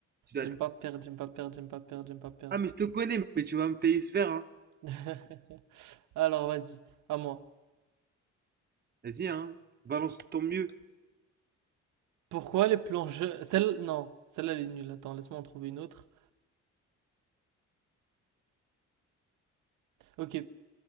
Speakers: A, on the right; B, on the right.
A: tu dois
B: J'aime pas perdre, j'aime pas perdre, j'aime pas perdre, j'aime pas perdre.
A: Ah, mais je te connais, mais tu vas me payer ce verre, hein.
B: <laughs> Alors, vas-y, à moi.
A: Vas-y, hein, balance ton mieux.
B: Pourquoi les plongeurs... Celle... Non, celle-là, elle est nulle. Attends, laisse-moi en trouver une autre. Ok.